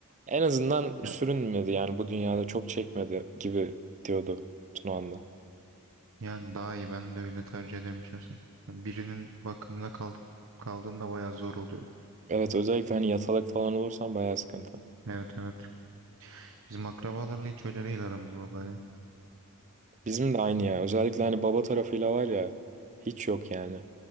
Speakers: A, on the right (about 35°); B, on the right (about 60°).
A: En azından
B: Ya-
A: sürünmedi yani bu dünyada çok çekmedi gibi diyordu Tunağan'da.
B: Yani daha iyi ben de öyle tercih ederim şahsen. Yani birinin bakımına kal kaldığında bayağı zor oluyor.
A: Evet özellikle hani yatalak falan olursam bayağı sıkıntı.
B: Evet evet. Bizim akrabalarla hiç öyle değil aramız vallahi ya.
A: Bizim de aynı ya. Özellikle hani baba tarafıyla var ya hiç yok yani.